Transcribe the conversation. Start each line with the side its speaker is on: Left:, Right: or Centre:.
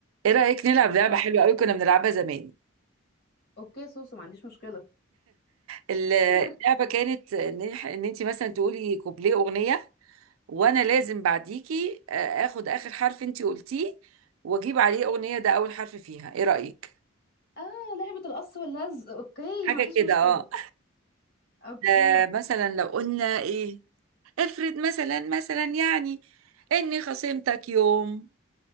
Right: ايه رأيك نلعب لعبة
Left: اه
Right: حلوة قوي كنا بنلعبها زمان
Left: اوكي سوسو ما عنديش مشكلة
Right: ال-
Left: <laughs>
Right: اللعبة كانت ان إح- ان انت مثلا تقولي كوبليه أغنية وانا لازم بعديكي آه، اخد اخر حرف انت قلتيه واجيب عليه أغنية ده اول حرف فيها ايه رأيك
Left: اه لعبة القص واللزق اوكي
Right: حاجة
Left: ما فيش
Right: كده
Left: مشكلة
Right: اه
Left: اوكي
Right: آه، مثلا لو قلنا ايه افرض مثلا مثلا يعني اني خصمتك يوم